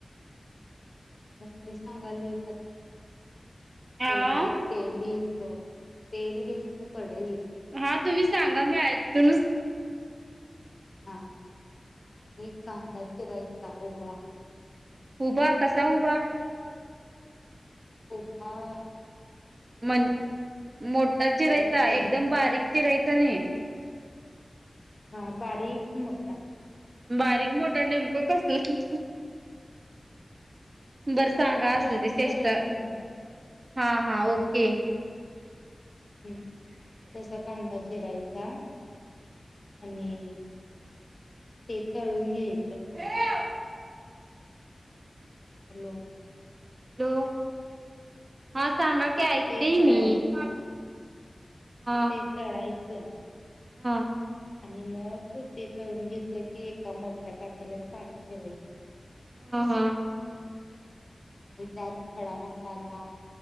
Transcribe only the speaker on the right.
हा
हा, तुम्ही सांगा मी ऐक तू
उभा, कसा उभा.
म्हण मोठ्ठा चिरायचा
एकदम
बारीक चिरायचा नही.
बारीक मोठा नेमकं कस बर सांगा असुदे
चेष्टा
हा हा ओके.
<unintelligible>
हॅलो! हा सांगा की ऐकतेये
मी. हा
हा
हा हा.